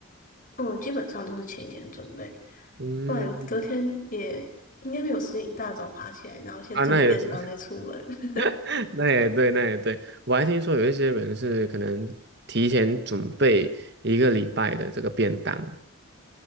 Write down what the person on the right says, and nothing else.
嗯，
啊，那也是，
<laughs> 那也对，那也对。我还听说有一些人是可能提前准备一个礼拜的这个便当。